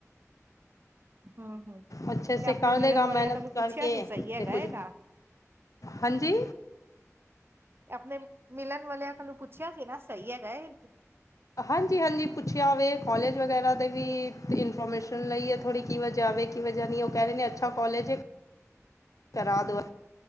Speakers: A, on the right; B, on the left.
A: <inaudible> ਹੂੰ, ਹੂੰ
B: ਅੱਛੇ ਸੇ
A: ਤੇ ਆਪਣੇ
B: ਕਰ
A: ਮਿਲਨ
B: ਲਏਗਾ
A: ਵਾਲਿਆ
B: ਮਿਹਨਤ
A: ਕੋਲੋਂ
B: ਕਰਕੇ
A: ਪੁੱਛਿਆ ਸੀ, ਸਹੀ ਹੈਗਾ
B: ਤੇ ਕੁੱਝ
A: ਏਗਾ।
B: ਹਾਂਜੀ!
A: ਆਪਣੇ ਮਿਲਣ ਵਾਲਿਆਂ ਕੋਲੋਂ ਪੁੱਛਿਆ ਸੀ ਨਾ, ਸਹੀ ਹੈਗਾ ਇਹ?
B: ਹਾਂਜੀ-ਹਾਂਜੀ, ਪੁੱਛਿਆ ਵੇ, ਕੌਲੇਜ ਵਗੈਰਾ ਦਾ ਵੀ ਇਨਫੋਰਮੇਸ਼ਨ ਲਈ ਹੈ, ਥੋੜ੍ਹੀ ਕੀ ਵਜ੍ਹਾ ਵੇ ਕੀ ਵਜਾ ਨਹੀਂ ਉਹ ਕਹਿ ਰਹੇ ਨੇ, ਅੱਛਾ ਕੌਲੇਜ ਏ। ਕਰਾਦੋ,